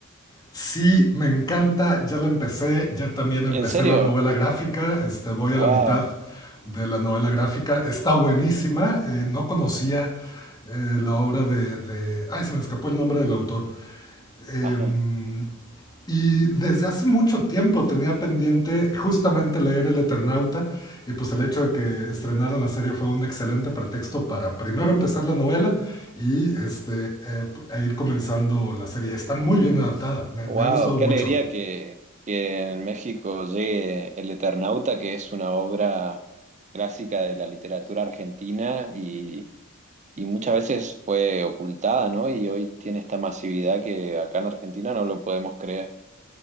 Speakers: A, on the left; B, on the right.
A: Sí, me encanta, ya la empecé, ya también
B: ¿En
A: empecé
B: serio?
A: la novela gráfica, este, voy a
B: Wow.
A: la mitad de la novela gráfica, está buenísima, eh, no conocía eh, la obra de, de- Ay, se me escapó el nombre del autor. Em,
B: Ajá.
A: y desde hace mucho tiempo tenía pendiente justamente leer El Eternauta y pues el hecho de que estrenaran la serie fue un excelente pretexto para primero empezar la novela y este, eh, e ir comenzando la serie. Está muy bien adaptada, me,
B: Wow,
A: me ha gustado
B: qué
A: mucho.
B: alegría que, que en México llegue El Eternauta, que es una obra clásica de la literatura argentina y, y muchas veces fue ocultada, ¿no? Y hoy tiene esta masividad que acá en Argentina no lo podemos creer.